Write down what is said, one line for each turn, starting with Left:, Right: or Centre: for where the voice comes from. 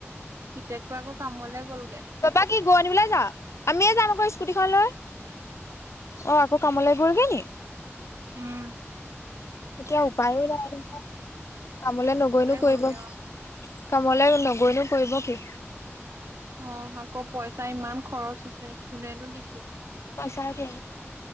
Right: পিতেকটো আকৌ, কামলে গ'লগে।
Left: বাবা কি গৰু আনিবলৈ যাৱ, আমিয়ে যাম আকৌ স্কুটিখন লৈ। অ ', আকৌ কামলৈ গ'লগে নি?
Right: উম।
Left: এতিয়া উপায়ো নাই নহয়, কামলে নগৈনো কৰিব
Right: গ'লগে
Left: কি।
Right: অ।
Left: কামলৈ নগৈনো কৰিব কি?
Right: অ', আকৌ পইচা ইমান খৰচ আছে, কোনেনো দিছে।
Left: সচাঁকে।